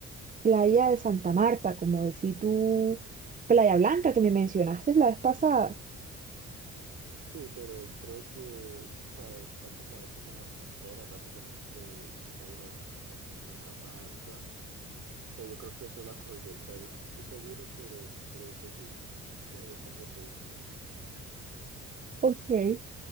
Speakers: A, on the right; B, on the right.
A: Playa de Santa Marta, como decís tú, Playa Blanca que me mencionaste la vez pasada.
B: Sí, pero creo que, o sea, está como ahí como una frontera prácticamente de Tayrona con Santa Marta. Pero yo creo que eso lo acogió el Tyrant, no estoy seguro, pero creo que sí. Y ahí entran los vehículos.
A: Ok.